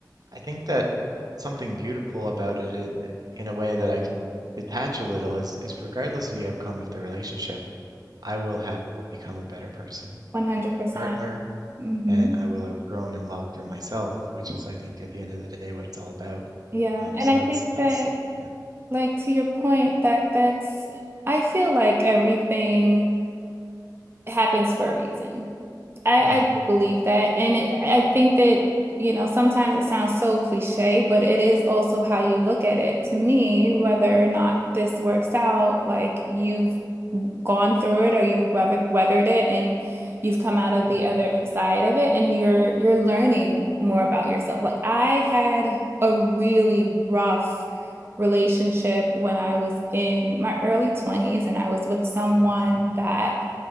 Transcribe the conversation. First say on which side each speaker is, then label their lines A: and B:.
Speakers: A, on the right; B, on the right.
A: I think that something beautiful about it i- in a way that I can detach a little is, is regardless of the outcome of the relationship, I will have become a better person,
B: 100%.
A: partner,
B: hmm
A: and I will have grown in love for myself, which is, I think, at the end of the day, what it's all about.
B: Yeah.
A: Um,
B: And
A: so
B: I
A: that's
B: think
A: that's
B: that
A: yeah.
B: Like to your point that that's I feel like everything. It happens for a reason. I,
A: Mm,
B: I do believe that. And it, I think that, you know, sometimes it sounds so cliche, but it is also how you look at it. To me, whether or not this works out, like you've gone through it or you've weath- weathered it and you've come out of
A: mm,
B: the other side of it and you're you're learning more about yourself. Like I had a really rough relationship when I was in my early 20s and I was with someone
A: hmm
B: that